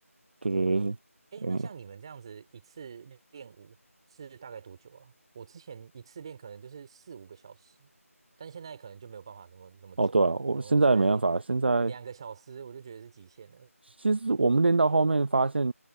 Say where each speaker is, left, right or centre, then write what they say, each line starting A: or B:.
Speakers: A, on the right (about 45°); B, on the right (about 20°).
A: 对对对，
B: 哦，
A: 对嗯，
B: 哎，那像你们这样子一次练舞是大概多久啊？我之前一次练可能就是四五个小时，但现在可能就没有办法那么那么久了，
A: 哦对啊，我现在没办法，
B: 可能我才
A: 现在。
B: 两个小时我就觉得是极限了。
A: 其实我们练到后面发现，